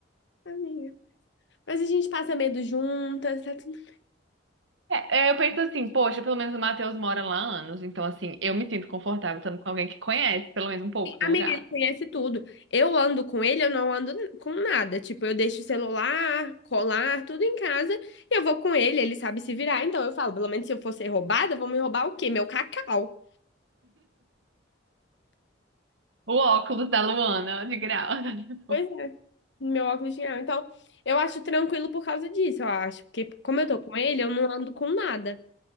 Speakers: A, on the left (about 65°); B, on the right (about 70°).
A: Amiga. Mas a gente passa medo juntas, tá tudo
B: É, é, eu penso assim, poxa, pelo menos o Matheus mora lá há anos, então assim, eu me sinto confortável estando com alguém que conhece pelo menos um pouco do
A: Amiga,
B: lugar.
A: ele conhece tudo. Eu ando com ele, eu não ando n- com nada. Tipo, eu deixo o celular, colar, tudo em casa e eu vou com ele, ele sabe se virar. Então eu falo, pelo menos se eu for ser roubada, vão me roubar o quê? Meu cacau.
B: O óculos da Luana, de grau. <laughs>
A: Pois é, meu óculos de grau. Então, eu acho tranquilo por causa disso, eu acho. Porque como eu tô com ele, eu não ando com nada.